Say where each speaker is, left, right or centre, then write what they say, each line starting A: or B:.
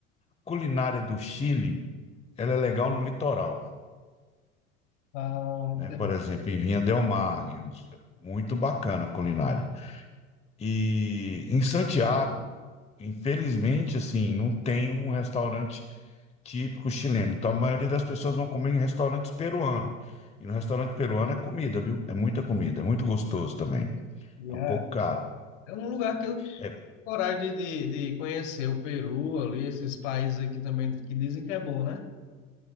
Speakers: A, on the left (about 15°); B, on the left (about 65°).
A: culinária do Chile, ela é legal no litoral,
B: Ah, entendi.
A: né? Por exemplo, em Vinha del Mar, muito bacana a culinária. E em Santiago, infelizmente, assim, não tem um restaurante típico chileno. Então, a maioria das pessoas vão comer em restaurantes peruanos. E no restaurante peruano é comida, viu? É muita comida, é muito gostoso também.
B: Yeah.
A: É um pouco caro.
B: É um lugar que eu
A: É,
B: Coragem de, de, de conhecer o Peru ali, esses países aqui também que dizem que é bom, né?